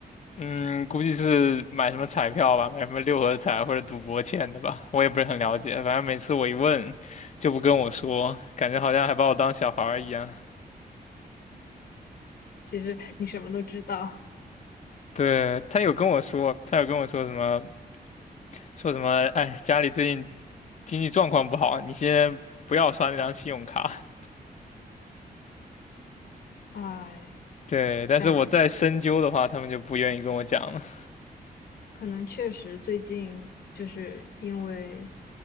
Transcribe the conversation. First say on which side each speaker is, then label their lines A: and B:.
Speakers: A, on the left; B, on the left.
A: 嗯，估计是买什么彩票吧，买什么六合彩或者赌博欠的吧，我也不是很了解。反正每次我一问，就不跟我说，感觉好像还把我当小孩儿一样。
B: 其实你什么都知道，
A: 对，他有跟我说，他有跟我说什么，说什么，哎，家里最近经济状况不好，你先不要刷那张信用卡。
B: <laughs> 哎。
A: 对，但是我再深究的话，
B: 感
A: 他们就不愿意跟我讲了。
B: 可能确实最近就是因为